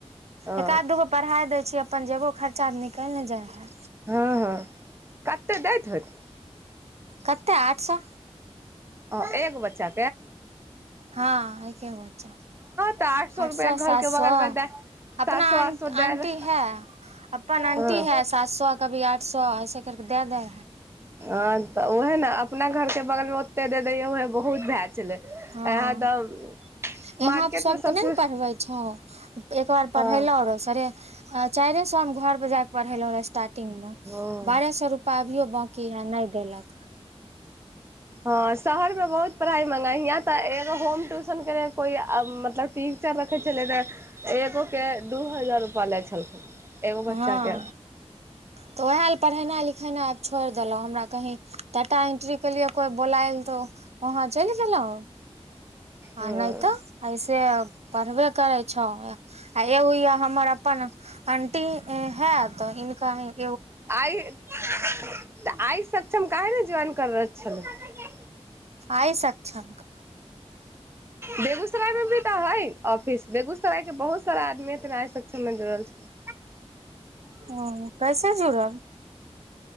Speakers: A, on the right; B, on the right.
A: ओ
B: एका आध दू गो पढ़ााय दै छीयै अपन जेयबो खर्चा तऽ निकलि ने जाइ हए
A: हँ हँ कतेक दैत होयत
B: कतेक आठ सए
A: ओ एगो बच्चाे
B: हँ आके होत बच्चा
A: तऽ
B: आठ
A: रुपआ
B: सए
A: घरके
B: सात सए
A: बगलमे दए
B: अपना
A: सात सए आठ सए दए
B: आंटी है अपन आंटी
A: हँ
B: है सात सए कभी आठ आठ सए ऐसे करकेे दए दै
A: आ तऽ उहे ने अपना घर के बगल मे ओते दे दैया उएहे बहुत भए छलै यहाँ
B: हँ
A: तऽ
B: यहाँ
A: मार्केटमे
B: पर सभके
A: सबसँ
B: नहि ने पढ़बै छौ एक बार पढ़ेलहु
A: हँ
B: रो सरे अचा चारे सए हम घर पर जाके पढ़ेलहुंे स्टार्टिंगग मे
A: हँ
B: बारह सए रूपा अभियो बंकी है नहि देलक
A: हँ शहरमे बहुत पढ़ाइ मंगा हियाँ तऽ एो होम ट्यूशन के कोइ मतलब टीचर रखै छलै रह एगो के दू द हजार रुपैा लै छलखिन एगो
B: हँ
A: बच्चा के
B: तऽ उएह ल पढ़ेनाइ लिखेनाइ छोड़ि देलहुँ हमरा कहीँ टााटा एन्ट्रीके लिए कोइ बोलायल तऽ वहाँ चलि गेलहुँ
A: हँ
B: आनयत अइसे पढ़बे करै छौ आ एगो य हमर अपन अ ी है तऽ इननका ह
A: आइ तऽ आइ सक्षम के ने जन कर छल ने
B: आइ सच्छा
A: बेगुसरायमे त है ऑफिस बेगूसराय के बहुत सारा आदमी रा सक्षम मे जुड़ल छै
B: ह कैसे जुड़ल